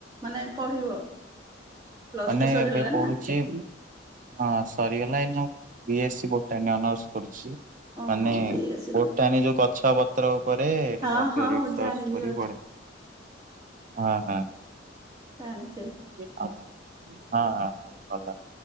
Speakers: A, on the right; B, on the right.
A: ମାନେ ପଢିବ? ପ୍ଲସ
B: ମାନେ
A: ଟୁ ସରିଗଲା
B: ଏବେ ପଡୁଚି।
A: ନା
B: ହଁ ସରିଗଲା ଏଇନା B S C botany honours କରୁଚି।
A: ଓହୋ
B: ମାନେ
A: ବି ଏସ୍ ସି
B: ବୋଟାନି
A: କରୁଛ।
B: ଯୋଉ ଗଛ ପତ୍ର ଉପରେ ଟିକେ
A: ହଁ
B: ଅଧିକ
A: ହଁ
B: ରିସର୍ଚ୍ଚ
A: ମୁଁ ଜାଣିଲି
B: କରି
A: ଗୋଟେ
B: ପଡେ। ହଁ ହଁ
A: ଜାଣିଛି
B: ହଁ ହଁ ହଁ ଭଲ।